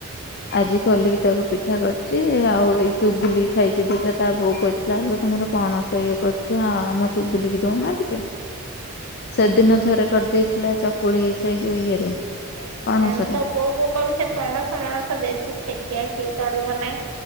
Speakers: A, on the left; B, on the right.
A: ଆଜି ଖୋଲିକି ତାକୁ ପିଠା କରଛି ଆଉ ଏଇ ଚୁଗୁଲି ଖାଇଛି ଦିଟା ତା ବୋଉ କହିଥିଲା ହେଲେ ତମର ପଣସ ଇଏ କରୁଛ ଆ ଆମ ଚୁଗୁଲିକି ଦଉନା ଟିକେ। ସେଦିନ ଥରେ କରିଦେଇଥିଲା ଚକୁଳି ସେଇ ଯଉ ଇଏରେ। ପଣସରେ।
B: ହୁଁ ତ ବୋଉ ବୋଉ କହୁ ସେ ପଣସ ମଣସ ବେଶୀ ଖିଆ କି କରିବ ନାହିଁ।